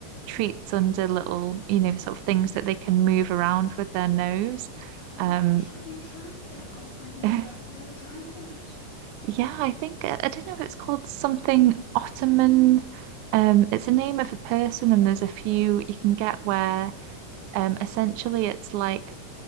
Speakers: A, on the right; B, on the left.
A: treats under little, you know, sort of things that they can move around with their nose.
B: oh
A: Um
B: gosh have you tried them i've i've never
A: <laughs>
B: never tried that
A: yeah, I think I, I don't know if it's called something Ottoman. Um it's a name of a person and there's a few you can get where Um, essentially, it's like